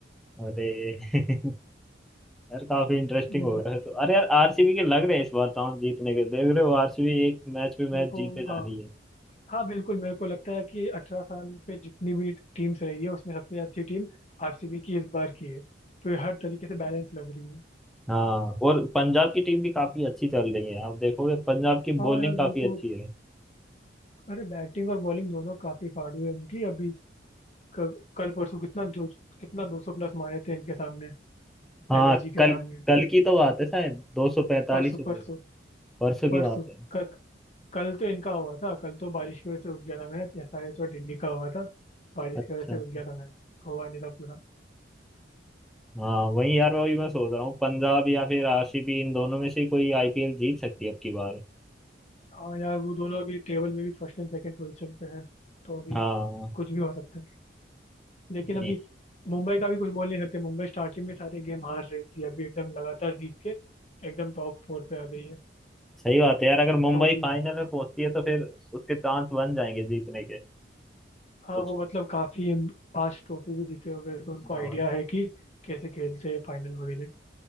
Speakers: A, in the centre; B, on the left.
A: अरे <laughs> यार काफी इंटरेस्टिंग
B: हम्म,
A: हो गया है तो अरे यार आरसीबी के लग रहे हैं इस बार चांस जीतने के देख रहे हो आरसीबी एक मैच पे
B: मेरे
A: मैच
B: को
A: जीते जा
B: हाँ
A: रही है
B: हाँ बिल्कुल मेरे को लगता है कि अठारह साल पे जितनी भी टीम्स रही है उसमें सबसे अच्छी टीम आरसीबी की इस बार की है तो ये हर तरीके से बैलेंस लग रही है
A: हाँ और पंजाब की टीम भी काफी अच्छी चल रही है आप देखोगे पंजाब की
B: हाँ
A: बॉलिंग
B: यार
A: काफी
B: वो तो
A: अच्छी है
B: अरे बैटिंग और बॉलिंग दोनों काफी फाड़ू है उनकी अभी क- कल परसों कितना जो कितना दो सौ प्लस मारे थे इनके सामने
A: हाँ
B: एलएसजी के
A: कल
B: सामने
A: कल की तो बात है शायद दो सौ पैंतालीस
B: परसों
A: हो
B: परसों
A: गए परसों
B: परसों
A: की बात है
B: क- कल तो इनका हुआ था कल तो बारिश की वजह से रुक गया था मैच एसआरएच और दिल्ली का हुआ था बारिश
A: अच्छा
B: की वजह से रुक गया था मैच हुआ नहीं था पूरा
A: हाँ वही यार वही मैं सोच रहा हूँ पंजाब या फिर आरसीबी इन दोनों में से कोई आईपीएल जीत सकती है अब की बार
B: हाँ यार वो दोनों अभी टेबल में भी फर्स्ट एंड सेकंड पोजीशन पे है तो अभी
A: हाँ
B: कुछ भी हो सकता है लेकिन
A: नहीं
B: अभी मुंबई का भी कुछ बोल नहीं सकते मुंबई स्टार्टिंग में सारे गेम हार रही थी अभी एकदम लगातार जीत के एकदम टॉप फोर पे आ गई है
A: सही बात है यार अगर मुंबई
B: तो अभी
A: फाइनल में पहुंचती है तो फिर उसके चांस बन जाएंगे जीतने के
B: हाँ
A: कुछ
B: वो मतलब काफी उन- पांच ट्रॉफी भी जीते हो गए तो उनको
A: हाँ,
B: आइडिया है कि कैसे खेलते हैं फाइनल वगैरह